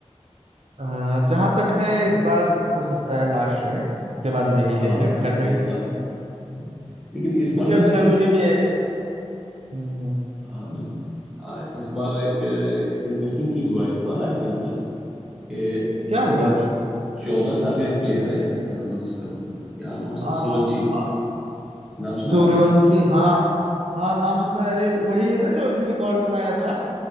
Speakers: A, on the right (about 65°); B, in the centre.
A: हाँ जहाँ तक है इस बार हो सकता है लास्ट रहे उसके बाद ले
B: हाँ
A: ही ले रिटायरमेंट
B: ये चांस है हम्म। लेकिन इस
A: क्योंकि
B: बार ना
A: अब जरूरी भी है हम्म,
B: हाँ, आ, इस बार एक एक इंटरेस्टिंग चीज हुआ है इस बार आईपीएल में कि
A: क्या हुआ
B: एक चौदह साल का एक प्लेयर है आ, उसका क्या नाम उसका
A: आ,
B: सूर्यवंशी
A: आ,
B: नाम
A: सूर्यवंशी
B: सुना आपने
A: हाँ हाँ नाम सुना है अरे वही है ना जो अभी रिकॉर्ड बनाया था